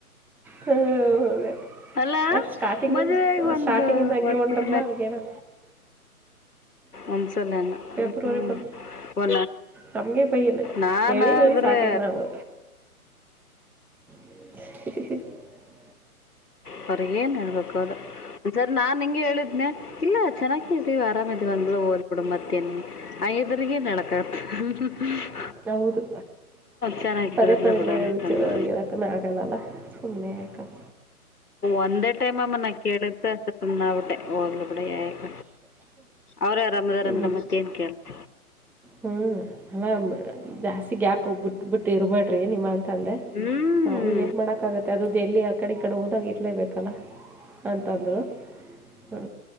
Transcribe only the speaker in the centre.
ಹೂ ಅದೇ
ಸ್ಟಾರ್ಟಿಂಗ್
ಇಂದ
ಸ್ಟಾರ್ಟಿಂಗ್ ಇಂದ ಹಂಗೆ
ಹೊಂಟರಲ್ಲ ಅವಿಗೆನ
ಫೆಬ್ರವರಿ
ಬಂದು
ನಮಗೆ ಬೈಯನ
ಹೇಳಿ ಹೇಳಿ
ಸಾಕೈತೆ ನಾವು ಹ <unintelligible>
ಹೌದು
ಪದೇ ಪದೇ
ಬೆರೆವರ್
ವಿಚಾರ ಅವಿಗೆಲ್ಲ ಆಗಲ್ಲಲ್ಲ ಸುಮ್ನೆ ಯಾಕದು
ಬಿಟ್ಟು
ಹ್ಞೂ ಅಲ್ಲ ಜಾಸ್ತಿ ಗ್ಯಾಪ್ ಬಿಟ್ಬ ಬಿಟ್ಟು ಇರ್ಬೇಡ್ರಿ ನಿಮ್ಮ ಅಂತಂದೆ
ಹೌದು ಏನು ಮಾಡೋಕ್ಕಾಗುತ್ತೆ ಅದು ಡೆಲ್ಲಿ ಆ ಕಡೆ ಈ ಕಡೆ ಹೋದಾಗ ಇರಲೇಬೇಕಲ್ಲ ಅಂತಂದ್ರು ಹ್ಮ